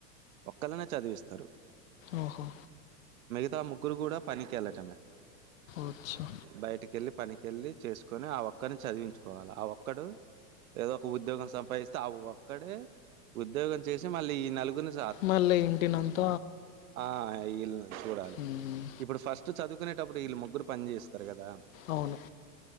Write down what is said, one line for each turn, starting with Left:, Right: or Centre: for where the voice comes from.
Right: ఒకళ్ళనే చదివిస్తారు
Left: ఓహో
Right: మిగతా ముగ్గురు కూడా పనికి వెళ్ళటమే
Left: అచ్చా
Right: బయటికి వెళ్ళి పనికెళ్ళి చేసుకొని ఆ ఒక్కరిని చదివించుకోవాలి ఆ ఒక్కడు ఏదో ఒక ఉద్యోగం సంపాదిస్తే అ ఒక్కడే ఉద్యోగం చేసి మళ్ళీ ఈ నలుగురి ని
Left: మళ్ళీ ఇంటినంత
Right: ఆ ఇళ్లు చూడాలి
Left: మ్మ్.
Right: ఇప్పుడు ఫస్ట్ చదువుకునే టప్పుడు వీళ్ళ ముగ్గురు పని చేస్తారు కదా
Left: అవును